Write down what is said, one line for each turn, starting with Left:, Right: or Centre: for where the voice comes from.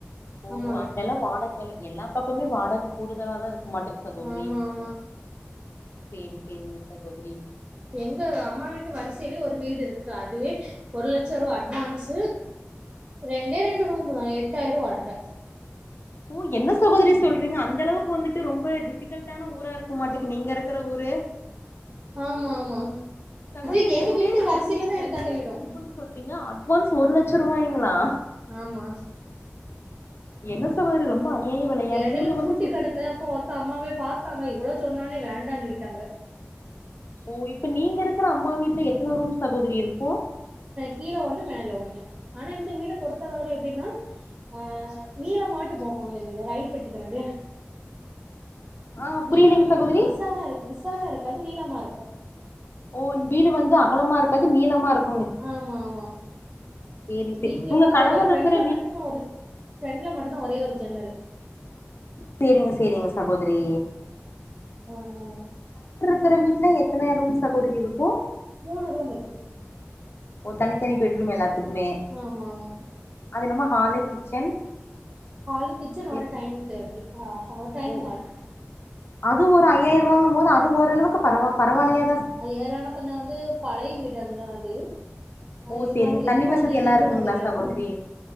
Left: ஓ
Right: அம்மா வீடு
Left: அங்க எல்லா வாடகல எல்லா பக்கமே வாட உனக்கு கூடுதலா தா இருக்கு மாட்டுக்கு சகோதரி
Right: ஆமா ஆமா
Left: செரி செரி சகோதரி
Right: எங்க அம்மா வீட்டு வரிசையிலே ஒரு வீடு இருக்கு அதுவே ஒரு லட்ச ரூவா அட்வான்ஸ் ரெண்டே ரெண்டு ரூம் தா எட்டாயிரோ வாடக
Left: ஓ என்ன சகோதரி சொல்றீங்க அந்த அளவுக் வந்துட்டு ரொம்ப டிபிகல்டான ஊரா இருக்கு மாட்டேங்குது நீங்க இருக்கற ஊரு
Right: ஆமா ஆமா
Left: சகோதரி
Right: இது எங்க
Left: ரெண்டே
Right: வீட்டு
Left: ரெண்டு
Right: வரிசையில
Left: வீடு
Right: தா
Left: ரெண்டே
Right: இருக்கு அந்த
Left: ரெண்டு
Right: வீடு
Left: ரூமுனு சொல்றீங்க அட்வான்ஸ் ஒரு லட்ச ரூவாய்ங்களா
Right: ஆமா
Left: என்ன சகோதரி ரொம்ப அநியாய விலையா இருக்கு
Right: எடையில
Left: நீங்க
Right: பூட்டி
Left: வந்து சிட்டி
Right: கெடந்தது அப்போ ஒருக்கா அம்மாவே பாத்து பாத்தாங்க இவ்ளோ சொன்னே ஒன்னே வேண்டானு சொல்லிட்டாங்க
Left: ஓ இப்ப நீங்க இருக்கிற அம்மா வீட்ல எத்தன ரூம் சகோதரி இருக்கு
Right: கீழ ஒண்ணு மேல ஒண்ணு ஆனா இந்த வீட பொறுத்தளவுல எப்டின்னா ஆ நீள மாட்டு போகும் இந்த வீடு ரயில் பெட்டிக்கணக்குல
Left: ஆ புரியலைங்க
Right: வீடு வந்து
Left: சகோதரி
Right: விசாலா இருக்கு விச் சாலம இருக்காது நீளமா இருக்கு
Left: ஓ வீடு வந்து அகலமா இருக்காது நீளமா இருக்
Right: ஆமா ஆமா
Left: சேரி சேரி
Right: வீட்ல
Left: உங்க
Right: வந்து
Left: கணவர்
Right: ஒரே ஃப்ரெண்ட்ல
Left: இருக்கிற வீட்
Right: மட்டும் தா ஒரு ஃப்ரெண்ட்ல மட்டும் தா ஒரே ஒரு ஜன்னல்
Left: சேரிங்க சேரிங்க சகோதரி
Right: ஆ ஆ
Left: இருக்குற வீட்ல எத்தன ரூம் சகோதரி இருக்கு
Right: மூணு ரூம் இருக்கு
Left: ஒ தனி தனி பெட்ரூம் எல்லா ருக்குமே
Right: ஆமா ஆமா
Left: அது என்னமா ஹாலு கிச்சன்
Right: ஹாலு கிச்சன் ஒரு
Left: இருக்கு
Right: டைனிங் டேபிள் ஆ ஒ டைனிங்
Left: ஓ
Right: ஹால்
Left: அது ஒரு ஐயாயிரம் ரூவாங்கும் போது அது ஓரளவுக்கு பரவ பரவால்லையா
Right: ஐய்யாயிறம் கொஞ்சே வந்து பழைய வீடு அந்த அது அது
Left: ஓ செரிங்க
Right: இல்லாம
Left: தண்ணி
Right: எப்போ
Left: வசதி
Right: வந்து இடிஞ்சு
Left: எல்லா இருக்குங்களா
Right: விழுன்னு தெரியாது
Left: சகோதரி
Right: ம்,